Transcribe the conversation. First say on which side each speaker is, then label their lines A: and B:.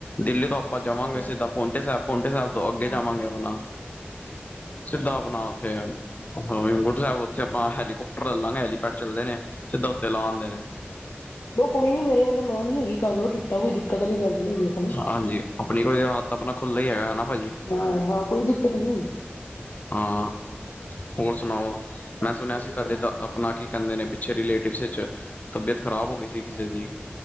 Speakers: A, on the left; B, on the left.
A: ਦਿੱਲੀ ਤੋਂ ਅੱਜ ਜਾਵਾਂਗੇ
B: ਅੱਛਾ
A: ਸਿੱਧਾ ਪੋਂਟੇ ਸਾਹਿਬ ਪੋਂਟੇ ਸਾਹਿਬ ਤੋਂ ਅੱਗੇ
B: ਹਾਂ
A: ਜਾਵਾਂਗੇ ਆਪਣਾ ਸਿੱਧਾ ਆਪਣਾ ਉੱਥੇ ਅੱਛਾ ਹੇਮਕੁੰਟ ਸਾਹਿਬ ਉੱਥੇ ਆਪਾਂ ਹੈਲੀਕੋਪਟਰ ਲੈ ਲਾਂਗੇ ਹੈਲੀਪੈਡ ਚੱਲਦੇ ਨੇ ਸਿੱਧਾ ਉੱਤੇ ਲਾਹ ਆਂਦੇ ਨੇ।
B: ਦੋ ਕੋਈ ਨੀ ਮੇਰੇ ਵੱਲੋਂ ਨਾ ਨੀ ਹੈਗੀ ਕਰ ਲਓ ਟਿੱਕਟਾਂ ਕੋਈ ਦਿੱਕਤ ਵਾਲੀ ਗੱਲ ਨੀ ਹੈਗੀ ਆਪਣੀ
A: ਹਾਂਜੀ ਆਪਣੀ ਕੋਈ ਹੱਥ ਆਪਣਾ ਖੁੱਲ੍ਹਾ ਹੀ ਹੈਗਾ ਹਨਾ ਭਾਜੀ।
B: ਹਾਂ-ਹਾਂ ਕੋਈ ਦਿੱਕਤ ਨੀ।
A: ਹਾਂ ਹੋਰ ਸੁਣਾਓ ਮੈਂ ਸੁਣਿਆ
B: ਬਹੁਤ
A: ਸੀ
B: ਵਧੀਆ
A: ਤੁਹਾਡੇ ਤਾਂ ਆਪਨਾ ਕੀ ਕੈਦੇ ਨੇ ਪਿੱਛੇ ਰਿਲੇਟਿਵਸ ਵਿੱਚ ਤਬੀਅਤ ਖ਼ਰਾਬ ਹੋ ਗਈ ਸੀ ਕਿਸੇ ਦੀ